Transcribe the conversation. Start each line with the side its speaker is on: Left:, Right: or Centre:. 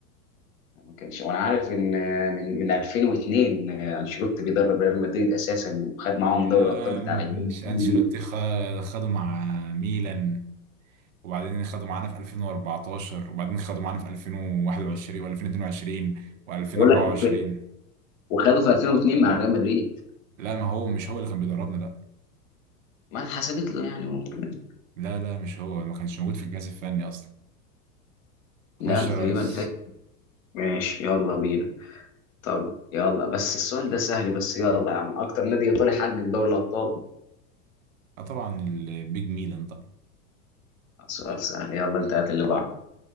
Left: ما كانش وانا عارف ان من من 2002 انشيلوتي بيدرب ريال مدريد اساسا وخد معاهم
Right: يا
Left: دوري
Right: عم،
Left: الابطال بتاع الجيل
Right: مش
Left: الثاني
Right: انشيلوتي
Left: دي.
Right: خ- خده مع ميلان وبعدين خده معانا في 2014 وبعدين خده معانا في 2021 و2022 و2024
Left: بقول لك في- وخده في 2002 مع ريال مدريد
Right: لا ما هو مش هو اللي كان بيدربنا ده
Left: ما اتحسبت له يعني ممكن
Right: لا لا مش هو ما كانش موجود في الجهاز الفني اصلا خش
Left: ده أنا
Right: يا
Left: تقريبا
Right: ريس
Left: فاكر ماشي يلا بينا طب يلا بس السؤال ده سهل بس يلا يا عم اكتر نادي ايطالي حقق دوري الابطال
Right: اه طبعا البيج ميلان طبعا
Left: سؤال سهل يلا انت هات اللي بعده